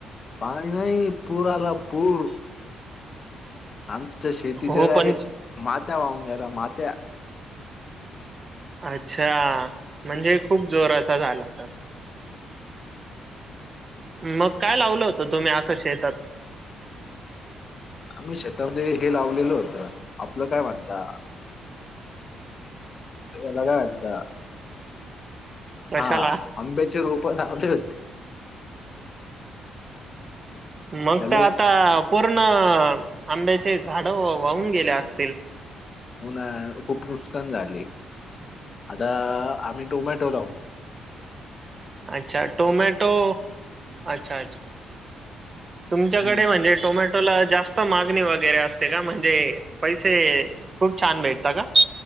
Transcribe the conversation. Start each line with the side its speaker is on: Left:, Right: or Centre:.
Left: पाय नाही पुराला पूर. आमच्या शेतीच्या
Right: हो
Left: डायरेक्ट
Right: पण
Left: माथ्या वाहून ग्याला माथ्या.
Right: अच्छा म्हणजे खूप जोराचा झाला तर. मग काय लावलं होतं तुम्ही असं शेतात.
Left: आम्ही शेतामध्ये हे लावलेलो होतं आपलं काय म्हणता याला काय <unintelligible>
Right: कशाला
Left: हा आंब्याचे रोप लावले होते.
Right: मग
Left: हॅलो
Right: काय आता पूर्ण आंब्याचे झाड वाहून गेले असतील.
Left: हो ना खूप नुकसान झाले. आता आम्ही टोमॅटो लाहू.
Right: आच्छा टोमॅटो अच्छा अच्छा तुमच्याकडे
Left: हम्म
Right: म्हणजे टोमॅटोला जास्त मागणी वगैरे असते का म्हणजे पैसे खूप छान भेटता का